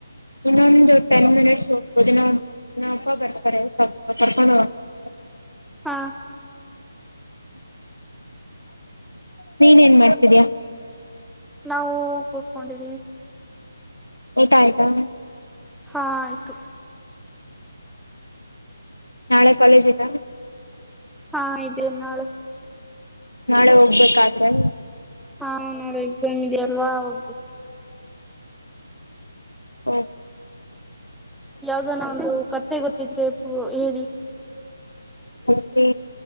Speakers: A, on the left; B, in the centre.
A: ಇನ್ನೊಂದು ಟೆನ್ ಮಿನಿಟ್ಸ್ ಹೋಗ್ಬೋದು ಇಪ್ಪ ಬರ್ತಾರೆ ಸ್ಲ ಕರ್ಕೊಂಡ ಹೋಗ <inaudible>
B: ಹಾ
A: ಮೇ ನೀನ್ರರೇನ್ ಮಾಡ್ತಿದಯಾ
B: ನಾವು ಕೂತ್ಕೊಂಡಿದ್ದೀವಿ
A: ಏತಾ ಆಯ್ತಾ
B: ಹಾ ಆಯ್ತು
A: ನಾಳೆ ಕಾಲೇಜ ಇಲ್ಲ
B: ಹಾ ಇದೇ ನಾಳೆ
A: ನಾಳೆ ಹೋಗ್ಬೇಕಾದ್ರೆ
B: ಹಾ ನೋಡೆ ಎಕ್ಸಾಮ್ದೆ ಅಲ್ವಾ ಹೋಗ್ಬೇಕು
A: ಹ್ಮ ಹ್ಮ
B: ಯಾವ್ದಾನ ಒಂದು ಕತ್ತೆ ಗೊತ್ತಿದ್ರೆ ಪ ಹೇಳಿ
A: ಕೆ